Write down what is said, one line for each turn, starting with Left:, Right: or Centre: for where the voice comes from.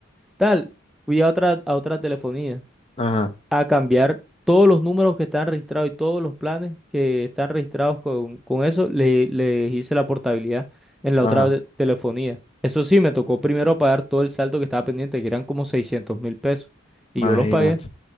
Centre: tal, fui a otra, a otra telefonía
Left: Ajá,
Centre: a cambiar todos los números que están registrados y todos los planes que están registrados con, con eso, le, les hice la portabilidad en la
Left: ajá,
Centre: otra te- telefonía. Eso sí, me tocó primero pagar todo el saldo que estaba pendiente, que eran como seiscientos mil pesos, y
Left: imagínate.
Centre: yo los pagué.